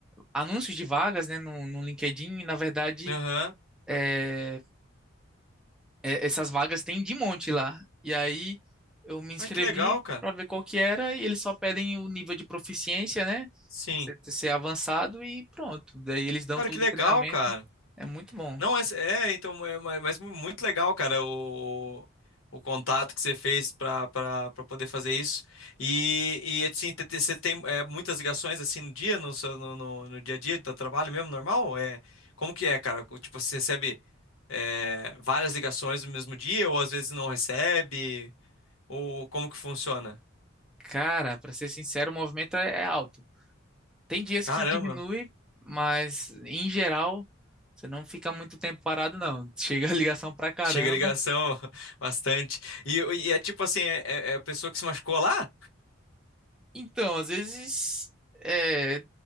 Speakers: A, in the centre; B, on the left.
A: anúncios de vagas, né, no, no LinkedIn e na verdade
B: aham.
A: é, é, essas vagas tem de monte lá. E aí eu me inscrevi
B: Ah, que legal, cara.
A: para ver qual que era e eles só pedem o nível de proficiência, né?
B: Sim.
A: Você ter- ser avançado e pronto. Daí eles dão
B: Cara,
A: todo
B: que legal,
A: o treinamento.
B: cara.
A: É muito bom.
B: Não, é, é então, é, ma- mas mu- muito legal, cara, o, o contato que você fez pra, pra, pra poder fazer isso. E, e assim, te- te- você tem é, muitas ligações assim no dia, no, seu, no, no, no dia a dia do trabalho mesmo, normal? É, como que é, cara? O- Tipo, você recebe é, várias ligações no mesmo dia, ou às vezes não recebe, ou como que funciona?
A: Cara, para ser sincero, o movimento é é alto. Tem dias
B: Caramba.
A: que diminui, mas em geral você não fica muito tempo parado, não. <laughs> Chega a ligação pra caramba.
B: Chega a ligação <laughs> bastante. E, e é tipo assim, é, é é a pessoa que se machucou lá?
A: Então, às vezes é,